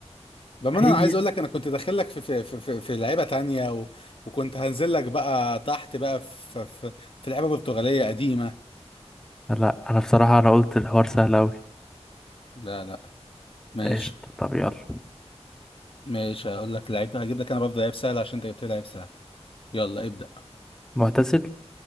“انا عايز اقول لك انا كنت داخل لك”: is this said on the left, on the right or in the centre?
Left